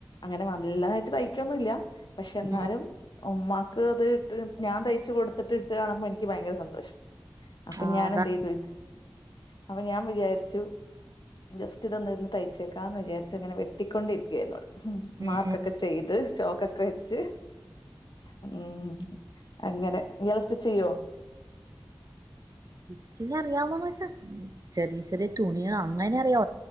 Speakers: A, on the left (about 70°); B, on the right (about 50°).
A: അങ്ങനെ നല്ലതായിട്ട് തയ്ക്കൊന്നല്ല പക്ഷെ എന്നാലും
B: ഉം
A: ഉമ്മാക്ക് അത് ഇട്ട് ഞാൻ തയ്ച്ചു കൊടുത്തിട്ട് ഇട്ട് കാണുമ്പോ എനിക്ക് ഭയങ്കര സന്തോഷ അപ്പൊ
B: ആ
A: ഞാൻ
B: അതാ
A: എന്ത് യ്തു അപ്പൊ ഞാൻ വിചാരിച്ചു.. ജസ്റ്റ് ഇതരുന്ന് തയ്ച്ചേക്കാന്ന് വിചാരിച്ചങ്ങനെ വെട്ടിക്കൊണ്ടി ഇരിക്കുവായി
B: ഉം
A: മാർക്കൊക്കെ.. ചെയ്ത് ചോക്കൊക്കെ വെച്ച് ഉം,. അങ്ങനെ ഇയാൾ സ്റ്റിച്ച് ചെയ്യോ..
B: സ്റ്റിച്ചിങ് അറിയാമോന്ന് വെച്ച ചെറിയ ചെറിയ തുണികൾ അങ്ങനെ അറിയാ..